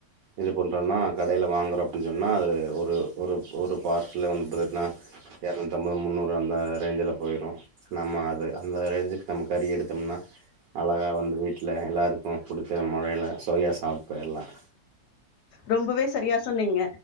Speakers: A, on the right (about 70°); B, on the left (about 70°).
A: இது பண்றோம்னா கடைல வாங்குறோம் அப்படின்னு சொன்னன்னா அது ஒரு ஒரு ஒரு பார்சாலா வந்து பார்த்தட்டன்னா இரநூத்தம்பது முன்னூறு அந்த ரேஞ்சல போயிரும் நம்ம அது அந்த ரேஞ்சுக்கு நம்ம கறி எடுத்தோம்னா அழகா வந்து வீட்டில் எல்லாருக்கும் புடிச்ச முறையில சுவையா சாப்பிட்டு போயிர்லாம்
B: ரொம்பவே சரியா சொன்னீங்க